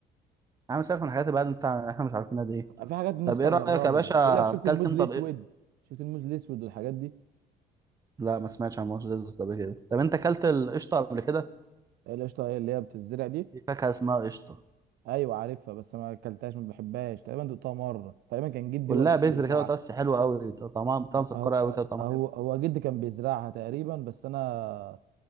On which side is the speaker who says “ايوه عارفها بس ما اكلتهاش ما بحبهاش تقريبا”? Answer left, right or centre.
Right